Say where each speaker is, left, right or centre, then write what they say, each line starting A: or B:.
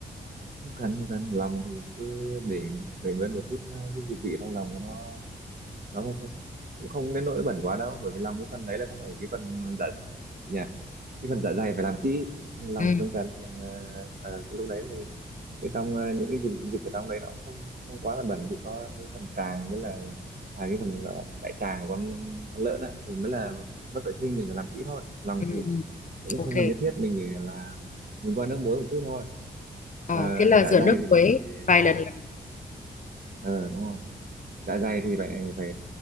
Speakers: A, on the right; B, on the left.
A: không cần không cần lòng thì cứ để để nguyên một chút ờ, cái dịch vị trong lòng cho nó nó không, không cũng không đến nỗi bẩn quá đâu bởi vì lòng cái phần đấy là không phải cái phần dạ nhỉ cái phần dạ dày phải làm kỹ lòng
B: Ừ,
A: không cần lòng ờ, ờ, cái lúc đấy thì cái trong ờ, những cái dịch dịch ở trong đấy nó cũng không không quá là bẩn chỉ có cái phần tràng với là à cái phần gọi là đại tràng của con con lợn á thì mới là mất vệ sinh mình phải làm kỹ thôi lòng
B: ừ,
A: thì
B: ừ,
A: cũng
B: ok.
A: không cần nhất thiết mình chỉ là dùng qua nước muối một chút thôi
B: Ờ,
A: Ờ,
B: thế là
A: dạ
B: rửa
A: dày
B: nước
A: thì
B: muối
A: bạn phải
B: vài
A: vò
B: lần là được.
A: ờ đúng rồi dạ dày thì phải phải